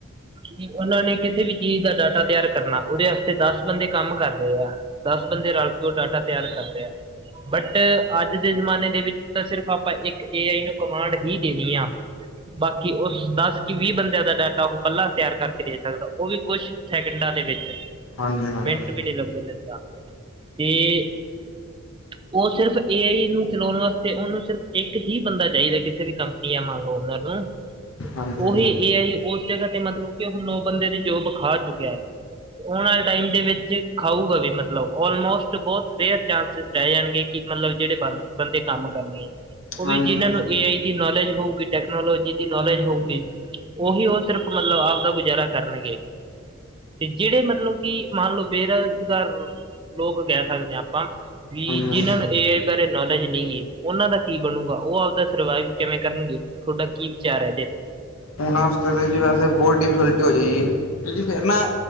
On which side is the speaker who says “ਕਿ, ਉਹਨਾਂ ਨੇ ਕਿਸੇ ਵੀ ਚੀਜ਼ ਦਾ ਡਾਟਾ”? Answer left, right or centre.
Right